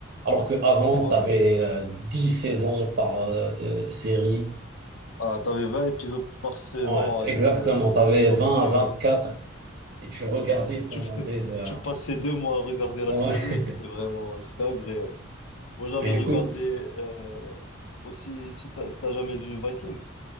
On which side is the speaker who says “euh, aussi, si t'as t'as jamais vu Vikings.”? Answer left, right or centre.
Left